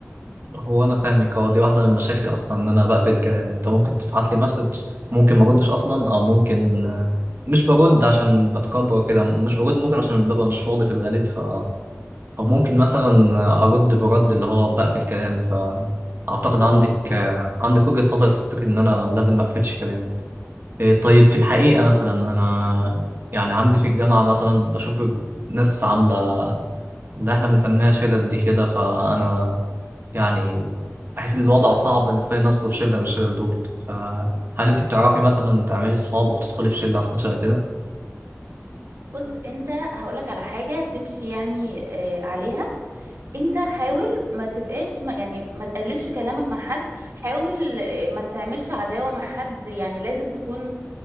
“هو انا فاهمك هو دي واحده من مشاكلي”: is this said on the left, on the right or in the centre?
Right